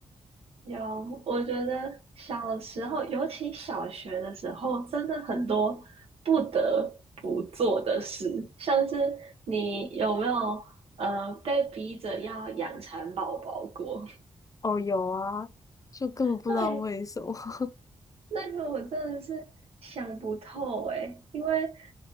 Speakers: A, on the right (about 65°); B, on the left (about 35°).
A: 有，我觉得小时候，尤其小学的时候，真的很多不得不做的事，像是你有没有呃被逼着要养蚕宝宝过？
B: 哦，有啊，就根本不知道为什么。
A: <laughs> 对，
B: <laughs>
A: 那个我真的是想不透诶，因为